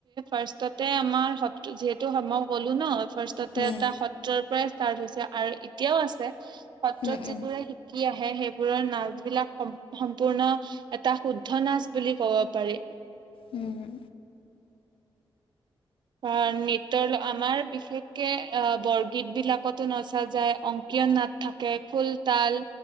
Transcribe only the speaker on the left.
উম
উম উম
উম।